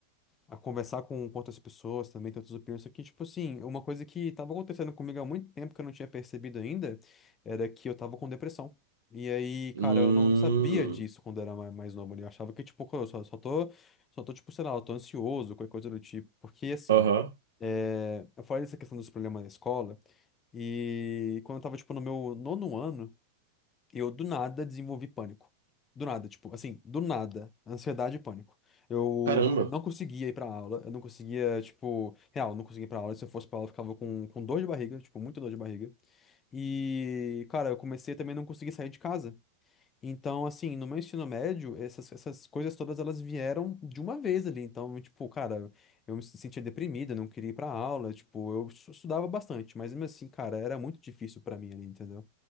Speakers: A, on the left (about 25°); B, on the right (about 65°).
A: a conversar com, com outras pessoas também, ter outras opiniões. Só que, tipo assim, uma coisa que tava acontecendo comigo há muito tempo que eu não tinha percebido ainda era que eu tava com depressão. E aí, cara,
B: Hum.
A: eu não, não sabia disso quando eu era mais, mais novo. né? Eu achava que, tipo, eu só, só tô, só tô, tipo, sei lá, eu tô ansioso, qualquer coisa do tipo. Porque, assim,
B: Aham.
A: é, eu falei dessa questão dos problemas na escola. E quando eu tava, tipo, no meu nono ano, eu do nada desenvolvi pânico. Do nada, tipo, assim, do nada, ansiedade e pânico. Eu
B: Caramba.
A: não, não conseguia ir pra aula, eu não conseguia, tipo, real, não conseguia ir pra aula. Se eu fosse pra aula, eu ficava com, com dor de barriga, tipo, muita dor de barriga. E, cara, eu comecei também a não conseguir sair de casa. Então, assim, no meu ensino médio, essas, essas coisas todas elas vieram de uma vez ali. Então, tipo, cara, eu me sentia deprimido, eu não queria ir pra aula, tipo, eu estudava bastante, mas mesmo assim, cara, era muito difícil pra mim ali, entendeu?